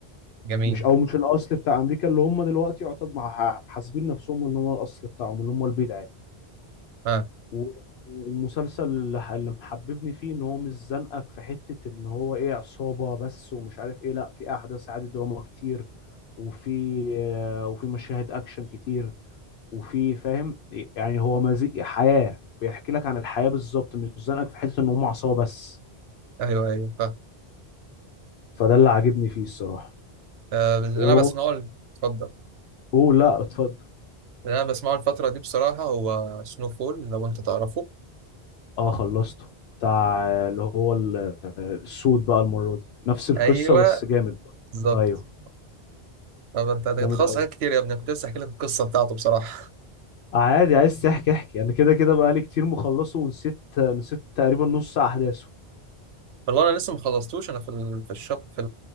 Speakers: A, on the right; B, on the left.
A: جميل
B: مش أو مش الأصل بتاع أمريكا اللي هم دلوقتي يعتبر مع- حاسبين نفسهم إن هو الأصل بتاعهم اللي هم البيض عادي
A: ها
B: و- والمسلسل اللي ح- اللي محببني فيه إن هو مش زنقك في حتة إن هو إيه عصابة بس ومش عارف إيه لأ في أحداث عادي دراما كتير وفي آه، وفي مشاهد أكشن كتير وفي فاهم يعني هو مزيج حياة بيحكي لك عن الحياة بالظبط مش زنقك في حتة ان هم عصابة بس
A: ايوه ايوه فا
B: فده اللي عاجبني فيه الصراحة
A: آه اللي
B: و
A: انا بسمعه ال- اتفضل
B: اوه لا اتفضل
A: اللي انا بسمعه الفتره دي بصراحه هو سنو فول لو انت تعرفه
B: اه خلصته بتاع آه، اللي هو ال- آه، السود بقى المرة دي نفس القصة
A: ايوه
B: بس جامد بقى
A: بالظبط
B: ايوه
A: طب انت انت
B: جامد
A: خلاص
B: قوي
A: حاجات كتير يا ابني كنت لسه احكي لك القصه بتاعته بصراحه
B: عادي عايز تحكي احكي انا كده كده بقى لي كتير مخلصه ونسيت نسيت تقريبا نص احداثه
A: والله انا لسه ما خلصتوش انا في ال... في الشاب في